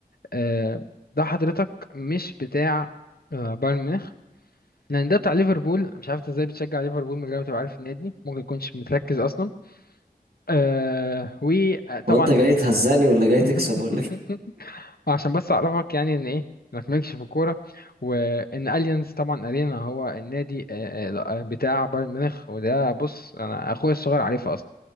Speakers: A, on the left; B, on the right.
A: آه، ده حضرتك مش بتاع آه، بايرن ميونخ لان ده بتاع ليفربول مش عارف إنت ازاي بتشجع ليفربول من غير ما تبقى عارف النادي ممكن يكونش متركز اصلا آه وطبعا
B: هو انت جاي تهزقني ولا جاي
A: <laughs>
B: تكسب ولا
A: عشان بس اعرفك يعني ان ايه انك مالكش في الكوره وان اليانز طبعا ارينا هو النادي آه، آه، آه، بتاع بايرن ميونخ وده بص انا اخويا الصغير عارفه اصلا